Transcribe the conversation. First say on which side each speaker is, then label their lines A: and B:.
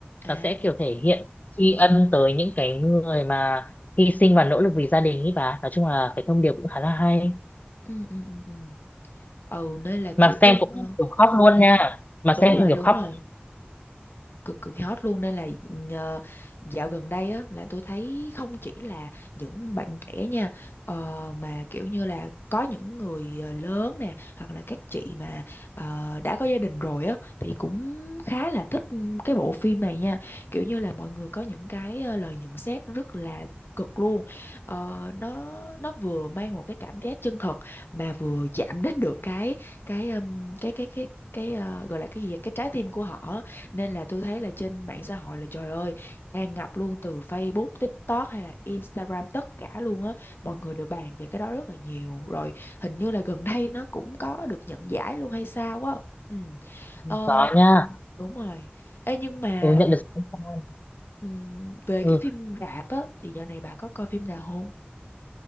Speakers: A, on the left; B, on the left.
A: à
B: Nó sẽ kiểu thể hiện tri ân tới những cái người mà hy sinh và nỗ lực vì gia đình ý bà nói chung là cái thông điệp cũng khá là hay
A: ừ ừ ừ ừ. ừ nên là
B: mà
A: kiểu
B: xem cũng
A: ờ,
B: kiểu khóc luôn nha mà
A: đúng
B: xem
A: rồi
B: cũng kiểu
A: đúng
B: khóc
A: rồi cực cực hot luôn nên là ờ, dạo gần đây á là tôi thấy không chỉ là những bạn trẻ nha ờ, mà kiểu như là có những người ờ, lớn nè hoặc là các chị mà ờ, đã có gia đình rồi á thì cũng khá là thích cái bộ phim này nha kiểu như là mọi người có những cái ờ, lời nhận xét rất là cực luôn Ờ, nó nó vừa mang một cái cảm giác chân thật mà vừa chạm đến được cái cái ừm, cái cái cái cái ờ, gọi là cái gì vậy? cái trái tim của họ á. Nên là tôi thấy là trên mạng xã hội là trời ơi, tràn ngập luôn từ Facebook, TikTok hay là Instagram tất cả luôn á. Mọi người đều bàn về cái đó rất là nhiều. Rồi hình như là gần đây nó cũng có được nhận giải luôn hay sao á. Ừ. Ờ
B: có nha
A: đúng rồi. Ê nhưng mà
B: ừ, nhận được sự khen fan.
A: ừm, về
B: ừ,
A: cái phim rạp á thì dạo này bà có coi phim nào không?